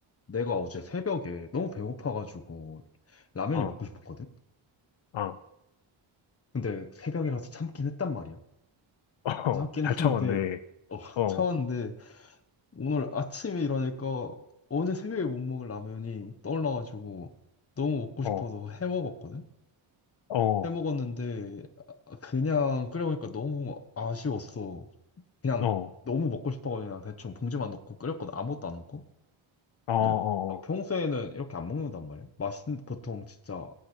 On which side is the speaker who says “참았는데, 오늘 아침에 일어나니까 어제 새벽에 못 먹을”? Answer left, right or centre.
Left